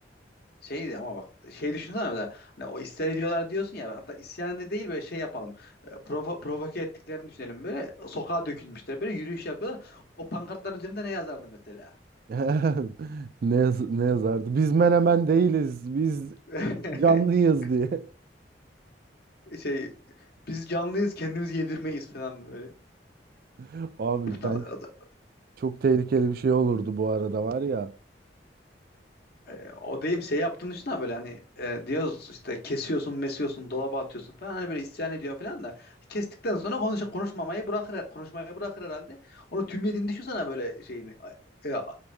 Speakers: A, on the left (about 55°); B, on the right (about 50°).
A: Şeydi ama bak şey düşünsene mesela hani o isyan ediyorlar diyorsun ya hatta isyan da değil böyle şey yapalım e, provo provoke ettiklerini düşünelim böyle sokağa dökülmüşler böyle yürüyüş yapıyorlar o pankartların üzerinde ne yazardı mesela
B: <laughs> Ne, yaz- ne yazardı? Biz menemen değiliz, biz
A: <laughs>
B: canlıyız diye.
A: şey biz canlıyız kendimiz yedirmeyiz falan böyle.
B: <laughs> Abi ben
A: O, da- o, da-
B: Çok tehlikeli bir şey olurdu bu arada var ya.
A: e, o deyim şey yaptığın için ha böyle hani e, diyoruz işte kesiyorsun mesiyorsun dolaba atıyorsun falan hani böyle isyan ediyor falan da kestikten sonra konuş, konuşmamayı bırakır konuşmayı bırakır herhalde. Onu tüm yediğini düşünsene böyle şeyini e, e,